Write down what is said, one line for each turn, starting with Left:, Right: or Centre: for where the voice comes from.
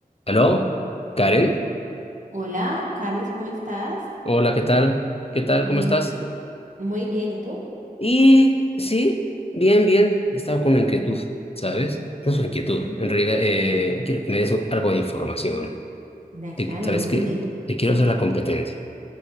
Left: ¿Aló? ¿Karen?
Right: Hola, Carlos, ¿cómo estás?
Left: Hola, ¿qué tal? ¿Qué tal?
Right: Bien,
Left: ¿Cómo estás?
Right: ¿y tú? Muy bien, ¿y tú?
Left: Y sí, bien, bien. He estado con una inquietud, ¿sabes? No es una inquietud.
Right: Sí,
Left: En realidad, eh,
Right: güey.
Left: quiero que me des algo de información.
Right: da- Claro,
Left: Te- ¿sabes qué?
Right: dime.
Left: Te quiero hacer la competencia.